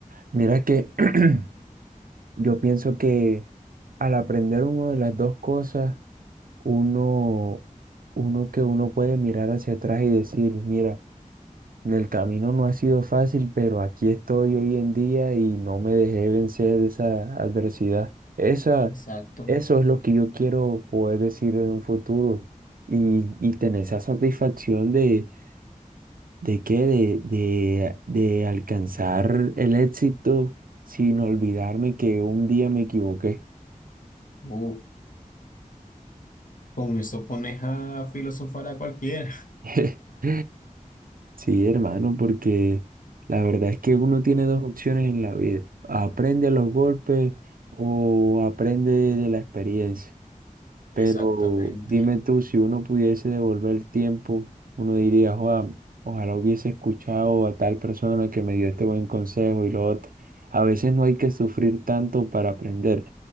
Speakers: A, on the right; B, on the left.
A: Mira que <clears throat> yo pienso que al aprender una de las dos cosas, uno, uno que uno puede mirar hacia atrás y decir, mira, en el camino no ha sido fácil, pero aquí estoy hoy en día y no me dejé vencer de esa adversidad. Esa,
B: Exacto.
A: eso es lo que yo quiero poder decir en un futuro y, y tener esa satisfacción de, de qué, de, de, de alcanzar el éxito sin olvidarme que un día me equivoqué.
B: Uh, con eso pones a filosofar a cualquiera. <laughs>
A: <laughs> Sí, hermano, porque la verdad es que uno tiene dos opciones en la vida. Aprende a los golpes o aprende de la experiencia. Pero
B: Exactamente,
A: dime tú, si uno pudiese devolver el tiempo, uno diría, "Joa, ojalá hubiese escuchado a tal persona que me dio este buen consejo y lo otro. A veces no hay que sufrir tanto para aprender,